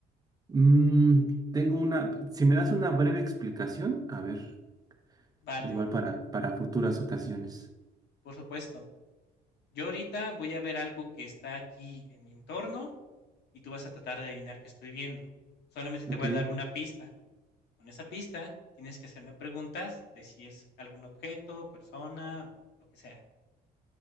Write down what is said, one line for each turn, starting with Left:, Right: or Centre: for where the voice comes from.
Right: Mm, tengo una, si me das una breve explicación, a ver,
Left: Vale,
Right: igual para, para futuras ocasiones.
Left: por supuesto. Yo ahorita voy a ver algo que está aquí en mi entorno y tú vas a tratar de adivinar qué estoy viendo. Solamente te
Right: Ok,
Left: voy a dar una pista. Con esa pista tienes que hacerme preguntas de si es algún objeto, persona o lo que sea.